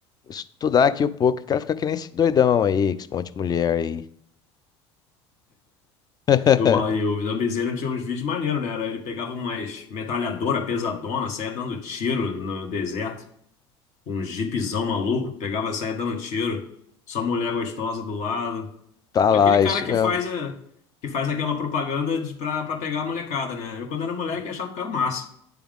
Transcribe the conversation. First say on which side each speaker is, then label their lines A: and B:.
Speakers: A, on the left; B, on the left.
A: estudar aqui um pouco. Quero ficar que nem esse doidão aí, com esse monte de mulher aí. <laughs>
B: Eu, ma- eu, o Zambizeiro tinha uns vídeos maneiros, né, era, ele pegava umas metralhadora pesadona, saia dando tiro no deserto, com um jipzão maluco, pegava, saía dando tiro, só mulher gostosa do lado.
A: Tá
B: Aquele
A: lá,
B: cara
A: isso
B: que
A: mesmo.
B: faz a, que faz aquela propaganda de, pra, pra pegar a molecada, né? Eu, quando era moleque, achava o cara massa.